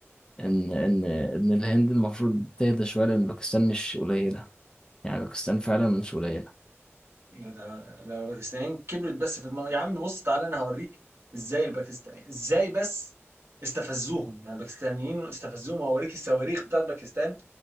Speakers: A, on the left; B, on the right.
A: ان ان ان الهند المفروض تهدى شويه لان باكستان مش قليله يعني باكستان فعلا مش قليله
B: يا ده لو الباكستانيين كبرت بس في الموضوع يا عم بص تعالى انا هوريك ازاي الباكستانيين ازاي بس استفزوهم يعني الباكستانيين استفزوهم وهوريك الصواريخ بتاعت باكستان